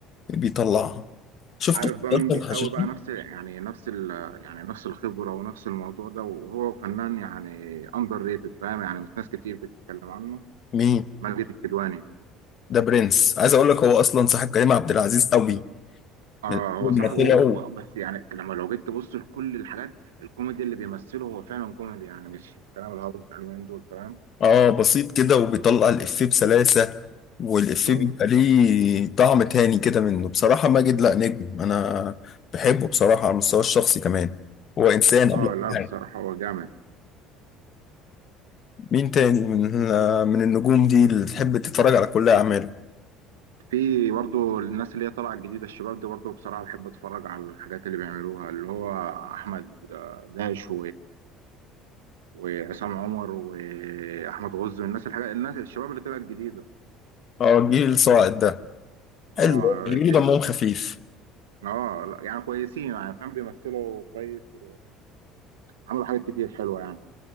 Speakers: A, on the left (about 45°); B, on the right (about 80°).
A: بيطلعها شفته
B: عارف
A: في
B: بقى
A: مسلسل
B: مين بيساوي
A: الحشاشين
B: بقى نفس يعني نفس ال يعني نفس الخبرة ونفس الموضوع ده وهو فنان يعني اندر ريتد فاهم يعني مش ناس كتير بتتكلم عنه
A: مين
B: ماجد الكدواني
A: ده برنس عايز اقول لك هو اصلا صاحب كريم عبد العزيز قوي
B: اه
A: من
B: هو
A: أول
B: صاحبه
A: ما طلعوا
B: و- بس يعني لما لو جيت تبص لكل الحاجات الكوميدي اللي بيمثله هو فعلا كوميدي يعني مش الكلام الهابط بتاع اليومين دول فاهم
A: اه بسيط كده وبيطلع الافيه بسلاسه والافيه
B: اه
A: بيبقى ليه طعم تاني كده منه بصراحه ماجد لا نجم انا بحبه بصراحه على المستوى الشخصي كمان هو انسان قبل
B: اه
A: كل
B: لا بصراحة
A: حاجه
B: هو جامد
A: مين تاني من من النجوم دي اللي تحب تتفرج على كل اعماله
B: في برضه الناس اللي هي طالعة الجديدة الشباب دي برضه بصراحة بحب اتفرج على الحاجات اللي بيعملوها اللي هو احمد آه، داش وعصام عمر واحمد غزي والناس الحاجات الناس الشباب اللي طلعت جديده
A: اه الجيل الصاعد ده
B: اه
A: حلو بيقولوا
B: دي-
A: دمهم خفيف
B: اه لا، يعني كويسين يعني فاهم بيمثلوا كويس وعملوا حاجات كتير حلوه يعني